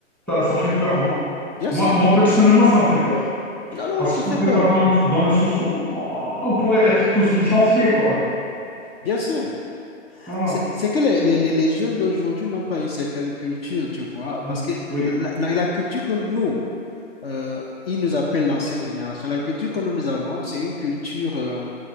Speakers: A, in the centre; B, on the left.
A: Ça, ça fait peur, non?
B: bien
A: Moi,
B: sûr.
A: moi, personnellement, ça me fait peur.
B: Non, non,
A: Parce
B: ça
A: que
B: fait
A: ça me fait
B: peur.
A: peur dans le, dans le sens où on on pourrait être tous licenciés, quoi.
B: Bien sûr.
A: Voilà.
B: C'est c'est que les, les- les- les jeunes d'aujourd'hui n'ont pas une certaine culture, tu vois,
A: Mm.
B: parce que
A: Oui.
B: la, la- la culture que nous, euh, ils nous appellent l'ancienne génération, la culture que nous, nous avons, c'est une culture euh,